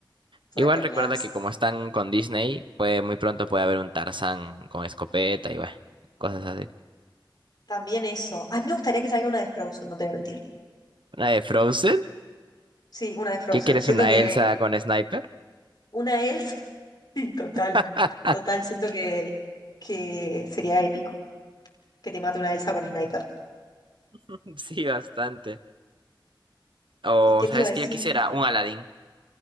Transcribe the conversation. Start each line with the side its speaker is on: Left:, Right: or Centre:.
Left: sáquenlas.
Right: Igual recuerda que como están con Disney, pues muy pronto puede haber un Tarzán con escopeta y bueno, cosas así.
Left: También eso. A mí me gustaría que salga una de Frozen, no te voy a mentir.
Right: ¿Una de Frozen?
Left: Sí, una de Frozen.
Right: ¿Qué quieres,
Left: Siento
Right: una
Left: que
Right: Elsa con sniper?
Left: una es <laughs> Sí, total,
Right: <laughs>
Left: total, siento que, que sería épico que te mate una Elsa con Sniper.
Right: <laughs> Sí, bastante. O,
Left: ¿Y qué te
Right: ¿sabes
Left: iba a decir?
Right: qué yo quisiera? Un Aladdin